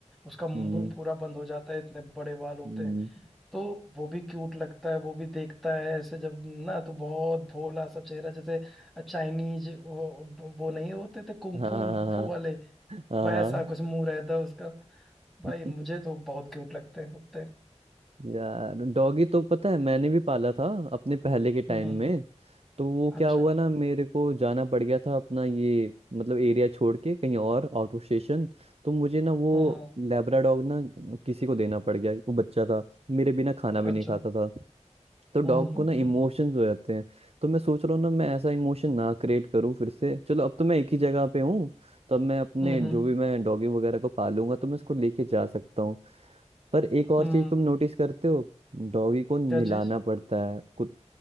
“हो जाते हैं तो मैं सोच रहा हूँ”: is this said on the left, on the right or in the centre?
Right